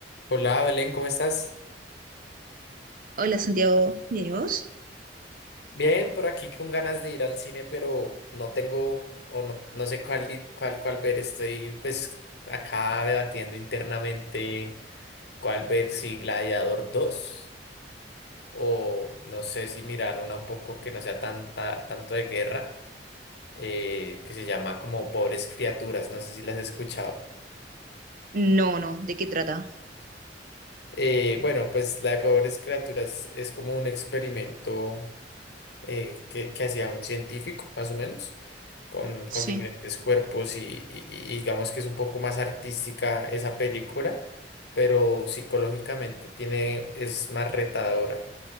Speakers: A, on the left; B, on the right.
A: Hola Belén, ¿cómo estás?
B: Hola Santiago, ¿bien y vos?
A: Bien, por aquí con ganas de ir al cine, pero no tengo o no, no sé cuál, di- cuál, cuál ver. Estoy pues acá debatiendo internamente cuál ver, si Gladiador dos o no sé si mirar una un poco que no sea tanta, tanto de guerra, eh, que se llama como Pobres Criaturas, no sé si las has escuchado.
B: No, no, ¿de qué trata?
A: Eh, bueno, pues la de Pobres Criaturas es como un experimento eh, que, que hacía un científico, más o menos, con,
B: Sí,
A: con diferentes cuerpos y, y- y digamos que es un poco más artística esa película, pero psicológicamente tiene, es más retadora.